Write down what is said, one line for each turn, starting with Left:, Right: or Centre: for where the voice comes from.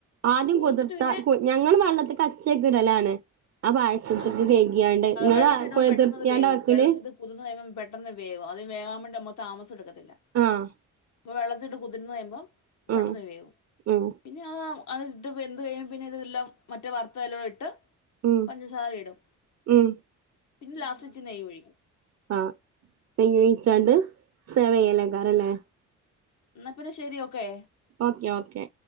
Right: ആദ്യം
Left: കുതിർത്തിട്ട്
Right: കുതിർത്ത
Left: പിന്നെ
Right: ഞങ്ങൾ വെള്ളത്തിക്ക് അച്ചേക്ക് ഇടലാണ് ആ പായസത്തിക്ക്
Left: ആ
Right: കഴികിയാണ്ട് ഇങ്ങൾ
Left: വെള്ളത്തിലിടുമ്പോ
Right: കൊതിർത്തിയാണ്ട
Left: പെട്ടെന്ന് അത് വേവും
Right: വെക്കല്
Left: വെള്ളത്തിലിട്ട് കുതിർന്ന് കഴുമ്പോ പെട്ടെന്ന് വേവും അത് വേകാൻ വേണ്ടി നമ്മ താമസം എടുക്കത്തില്ല
Right: ആഹ്
Left: ഇപ്പൊ വെള്ളത്തിട്ട് കുതിർന്ന് കയുമ്പം പെട്ടെന്ന്
Right: ആഹ്
Left: വേവും
Right: ഉം
Left: പിന്നെ അ അത് വെന്ത കയുമ്പം പിന്നെ ഇതെല്ലാം മറ്റേ വർത്തയിലോട്ട് ഇട്ട്
Right: ഉം
Left: പഞ്ചസാര ഇടും
Right: ഉം
Left: പിന്നെ ലാസ്റ്റ് വെച്ച് നെയ്യും ഒഴിക്കും
Right: ആ നെയ്യ് ഒഴിച്ചാണ്ട് സേവയലേക്കാരം ലേ
Left: ഇന്നാ പിന്നെ ശെരി ഓക്കെ.
Right: Okay okay